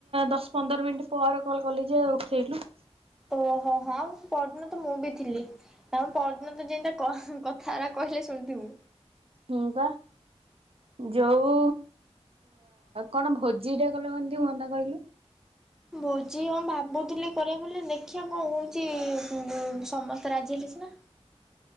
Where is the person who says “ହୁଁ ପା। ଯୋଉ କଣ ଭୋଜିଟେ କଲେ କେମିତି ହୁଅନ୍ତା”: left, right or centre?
Right